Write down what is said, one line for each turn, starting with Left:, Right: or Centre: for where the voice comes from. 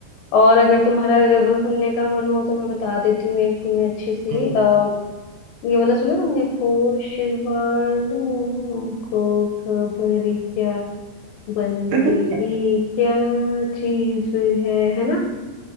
Left: और अगर तुम्हारा गजल सुनने का मन हो तो मैं बता देती हूँ एक तुम्हें अच्छी सी
Right: हम्म।
Left: आ, ये वाला सुना तुमने होश वालों को खबर क्या बंदगी
Right: <laughs> यार
Left: क्या चीज है है ना